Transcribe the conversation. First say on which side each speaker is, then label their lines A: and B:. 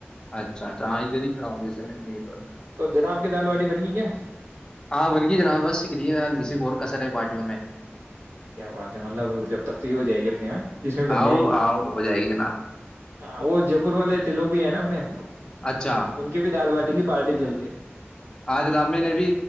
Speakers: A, on the left; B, on the right.
A: اچھا اچ ہاں ادھر ہی کھا ہوںایے میں نی ورک
B: تو جناب کی دال باٹی بن گئی کیا
A: ہاں بن گی جناب بس شکریہ ہ کسی اور کا ے بارٹیوں میں
B: کیا بات ہے مطلب جب تک تو یہ ہو جائے گی اپنے یہاں جس میں بن
A: آؤ
B: جائے گی
A: آؤ ہو جائے گی جناب
B: ہاں وہ جے پور والے تھ لو بھی ہیں نا اپنے ان
A: اچھا
B: کی بھی دال باٹی کی پارٹی چل رہی ہے
A: ہاں جناب میں نے بھی